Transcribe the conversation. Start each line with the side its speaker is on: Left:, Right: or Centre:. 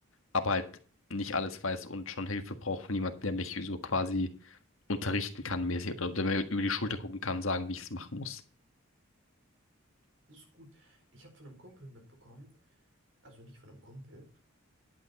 Left: aber halt nicht alles weiß und schon Hilfe brauche von jemandem, der mich so quasi unterrichten kann mäßig oder der mir über die Schulter gucken kann, sagen, wie ich es machen muss.
Right: Das ist gut. Ich habe von einem Kumpel mitbekommen, also nicht von einem Kumpel,